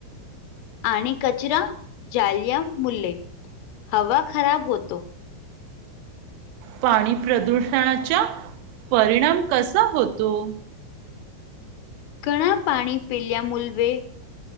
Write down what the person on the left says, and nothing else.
आणिं कचंरा जाल्या मूल्यं हवा खराबं होतो.
कना पाणी पिल्या मुलवे